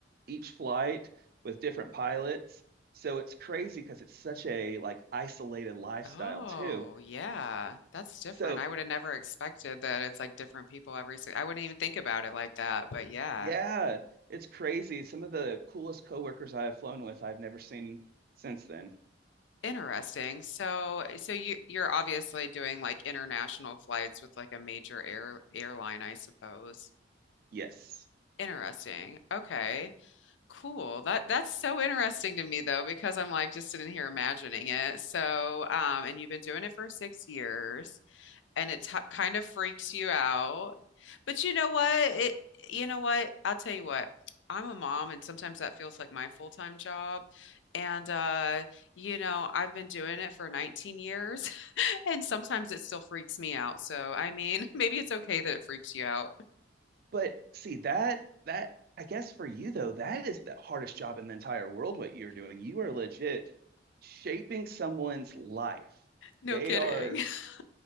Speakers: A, on the right (about 55°); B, on the left (about 80°).
A: each flight with different pilots. So it's crazy because it's such a like isolated lifestyle
B: Oh,
A: too.
B: yeah. That's different.
A: So
B: I would have never expected that it's like different people every si- I wouldn't even think about it like that, but yeah.
A: yeah, it's crazy. Some of the coolest coworkers I have flown with, I've never seen since then.
B: Interesting. So eh, so you you're obviously doing like international flights with like a major air airline, I suppose.
A: Yes.
B: Interesting. Okay. Cool. That that's so interesting to me though, because I'm like just sitting here imagining it. So, um, and you've been doing it for six years and it t kind of freaks you out But you know what? It, you know what? I'll tell you what. I'm a mom, and sometimes that feels like my full-time job. And uh, you know, I've been doing it for 19 years, <laughs> and sometimes it still freaks me out. So, I mean, <laughs> maybe it's okay that it freaks you out.
A: But see that that I guess for you though, that is the hardest job in the entire world what you're doing. You are legit shaping someone's life.
B: No
A: They
B: kidding.
A: are
B: <laughs>